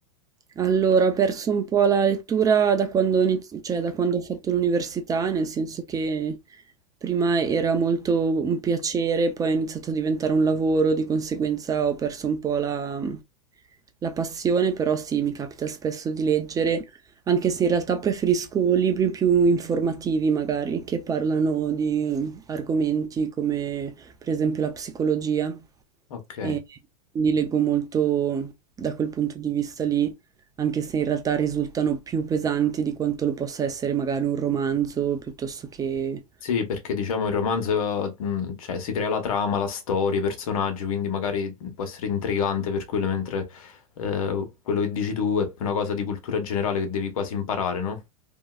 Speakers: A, on the right; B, on the left.
A: Allora, ho perso un po' la lettura da quando ho iniz- cioè, da quando ho fatto l'università, nel senso che prima era molto un piacere, poi è iniziato a diventare un lavoro, di conseguenza ho perso un po' la, la passione, però sì, mi capita spesso di leggere, anche se in realtà preferisco libri più informativi, magari, che parlano di argomenti come per esempio la psicologia,
B: Ok.
A: e quindi leggo molto da quel punto di vista lì anche se in realtà risultano più pesanti di quanto lo possa essere magari un romanzo piuttosto che...
B: Sì, perché diciamo il romanzo, mh, cioè, si crea la trama, la storia, i personaggi, quindi magari mhmm, può essere intrigante per quello, mentre eh, quello che dici tu è una cosa di cultura generale che devi quasi imparare, no?